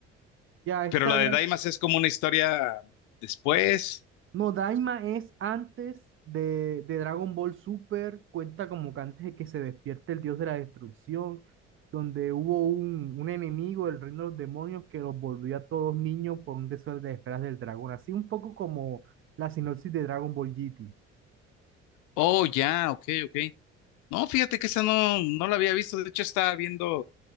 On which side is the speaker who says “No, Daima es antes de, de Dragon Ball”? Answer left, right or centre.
Right